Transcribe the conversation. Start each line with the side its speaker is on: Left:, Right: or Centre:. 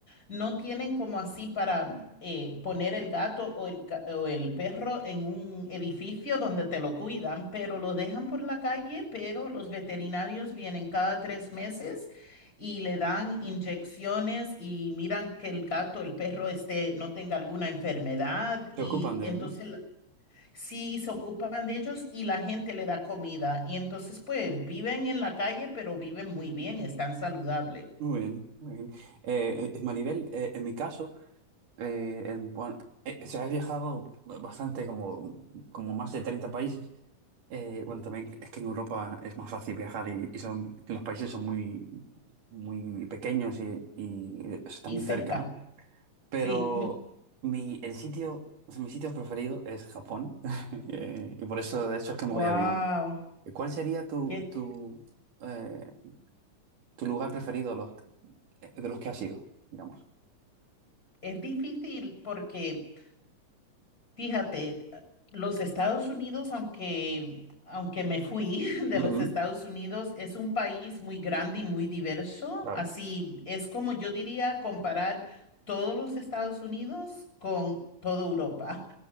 Left: no tienen como así para eh, poner el gato o el, ca- o el perro en un edificio donde te lo cuidan, pero lo dejan por la calle, pero los veterinarios vienen cada tres meses y le dan inyecciones y miran que el gato, el perro, este, no tenga alguna enfermedad y
Right: se ocupan de
Left: entonces...
Right: él, ¿no?
Left: Sí, se ocupan de ellos y la gente le da comida. Y entonces, pues, viven en la calle, pero viven muy bien, están saludables
Right: Muy bien, muy bien. Eh, eh, Maribel, eh, en mi caso, eh, en- bueno, eh, se ha viajado bastante, como, como más de 30 países. Eh, bueno, también es que en Europa es más fácil viajar y, y son, los países son muy, muy pequeños y, y eh, están
Left: y
Right: muy
Left: cerca.
Right: cerca, ¿no? Pero
Left: Sí. <laughs>
Right: mi, el sitio, o sea, mi sitio preferido es Japón <laughs> Eh, y por eso, de hecho, es que me
Left: Wow.
Right: voy a vivir. ¿Cuál sería tu,
Left: que
Right: tu, eh, tu lugar preferido los- de los que has ido, digamos.
Left: es difícil porque, fíjate, los Estados Unidos, aunque, aunque me fui <laughs> de
Right: Ujú.
Left: los Estados Unidos, es un país muy grande y muy diverso.
Right: Claro.
Left: Así es como yo diría comparar todos los Estados Unidos con toda Europa.